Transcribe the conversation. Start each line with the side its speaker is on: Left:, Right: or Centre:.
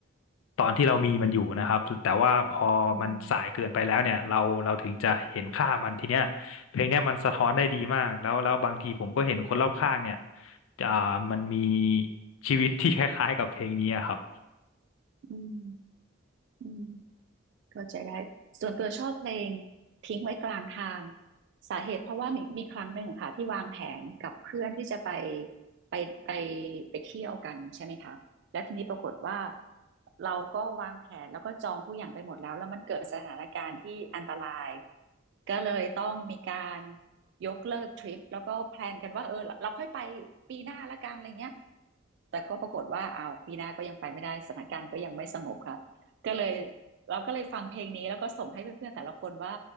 Left: ตอนที่เรามีมันอยู่นะครับแต่ว่าพอมันสายเกินไปแล้วเนี่ยเราเราถึงจะเห็นค่ามันทีเนี้ยเพลงเนี้ยมันสะท้อนได้ดีมากแล้วแล้วบางทีผมก็เห็นคนรอบข้างเนี่ย
Right: อืม
Left: อ่ามันมีชีวิตที่คล้ายๆกับเพลงนี้อะครับ
Right: อืมอืมเข้าใจได้ส่วนตัวชอบเพลงทิ้งไว้กลางทางสาเหตุเพราะว่ามีมีครั้งหนึ่งค่ะที่วางแผนกับเพื่อนที่จะไปไปไปไปเที่ยวกันใช่ไหมคะแล้วทีนี้ปรากฏว่าเราก็วางแผนแล้วก็จองทุกอย่างไปหมดแล้วแล้วมันเกิดสถานการณ์ที่อันตรายก็เลยต้องมีการยกเลิกทริปแล้วก็แพลนกันว่าเออเราค่อยไปปีหน้าละกันอะไรเงี้ย แต่ก็ปรากฏว่าอ้าวปีหน้าก็ยังไปไม่ได้สถานการณ์ก็ยังไม่สงบค่ะก็เลยเราก็เลยฟังเพลงนี้แล้วก็ส่งให้เพื่อนๆแต่ละคนว่า